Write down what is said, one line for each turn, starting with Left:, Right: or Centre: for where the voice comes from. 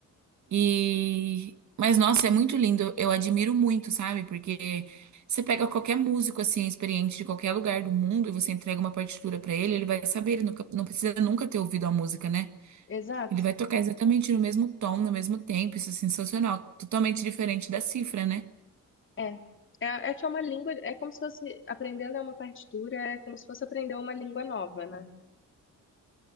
Right: E mas nossa, é muito lindo. Eu admiro muito, sabe? Porque você pega qualquer músico assim experiente de qualquer lugar do mundo e você entrega uma partitura pra ele, ele vai saber, ele nunca, não precisa nunca ter ouvido a música, né?
Left: Exato.
Right: Ele vai tocar exatamente no mesmo tom, no mesmo tempo. Isso é sensacional, totalmente diferente da cifra, né?
Left: É. É, é que é uma língua, é como se fosse aprender a ler uma partitura, é como se fosse aprender uma língua nova, né?